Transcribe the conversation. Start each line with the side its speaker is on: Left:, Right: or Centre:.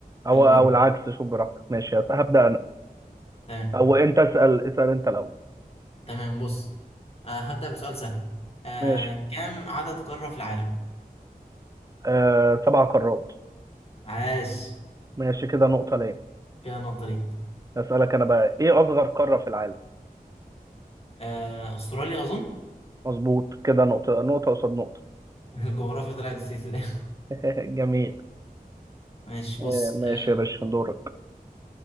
Right: او
Left: يلا بينا
Right: او العكس شوف براحتك. ماشي هس- هبدأ انا.
Left: تمام
Right: او انت اسأل اسأل انت الاول.
Left: تمام بص آه هبدأ بسؤال سهل آه
Right: ماشي.
Left: كم عدد قارة في العالم
Right: آه سبع قارات.
Left: عاش
Right: ماشي كده نقطة ليه؟
Left: كده نقطة ليك
Right: اسألك انا بقى ايه اصغر قارة في العالم؟
Left: آه استراليا اظن
Right: مظبوط كده نقطة نقطة قصاد نقطة.
Left: <laughs> الجغرافيا طلعت نسيت في الاخر
Right: <laughs> جميل.
Left: ماشي
Right: آه
Left: بص آه
Right: ماشي يا باشا دورك.